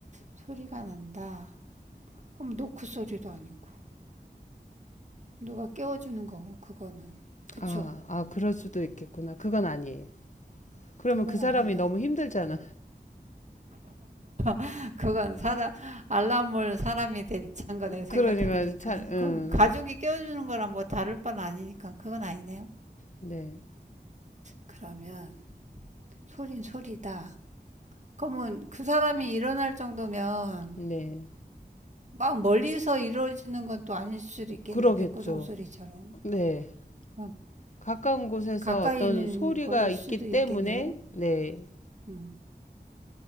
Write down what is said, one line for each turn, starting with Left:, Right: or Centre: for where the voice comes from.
Right: 소리가 난다. 그럼 노크 소리도 아니고. 누가 깨워주는 거고, 그거는. 그쵸?
Left: 아, 아, 그럴 수도 있겠구나. 그건 아니에요. 그러면
Right: 그건
Left: 그 사람이
Right: 아니에요.
Left: 너무 힘들잖아.
Right: <laughs> 그건 사람, 알람을 사람이 대체한
Left: <laughs>
Right: 거네, 생각해보니까.
Left: 그러니까 잘, 음,
Right: 그럼 가족이 깨워주는 거랑 뭐 다를 바는 아니니까 그건 아니네요.
Left: 네,
Right: 그러면 소린 소리다. 그러면 그 사람이 일어날 정도면
Left: 네,
Right: 막 멀리서 이루어지는 건 또 아닐 수도 있겠네.
Left: 그러겠죠.
Right: 벽고동 소리처럼.
Left: 네,
Right: 어,
Left: 가까운 곳에서
Right: 가까이
Left: 어떤
Right: 있는
Left: 소리가
Right: 거일
Left: 있기
Right: 수도 있겠네요.
Left: 때문에, 네,
Right: 음,